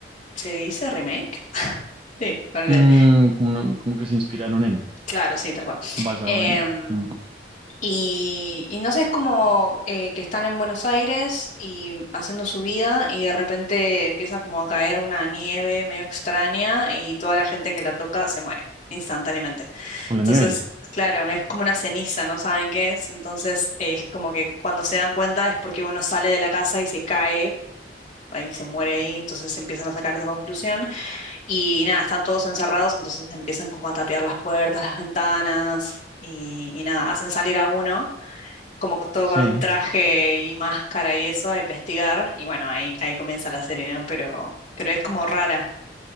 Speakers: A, on the left; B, on the right.
A: ¿se dice remake? Sí, para leer.
B: Mm, como, una- como que se inspiraron en,
A: Claro, sí, tal cual.
B: basado
A: Em,
B: en, mm,
A: y, y no sé, es como eh, que están en Buenos Aires y haciendo su vida y de repente empieza como a caer una nieve medio extraña y toda la gente que la toca se muere instantáneamente.
B: con
A: Entonces,
B: la nieve.
A: claro, es como una ceniza, no saben qué es. Entonces, es como que cuando se dan cuenta es porque uno sale de la casa y se cae, ahí se muere ahí, entonces empiezan a sacar esa conclusión. Y nada, están todos encerrados, entonces empiezan como a tapiar las puertas, las ventanas y, y nada, hacen salir a uno, como con- todo
B: Sí.
A: con un traje y máscara y eso, a investigar. Y bueno, ahí, ahí comienza la serie, ¿no? Pero, pero es como rara.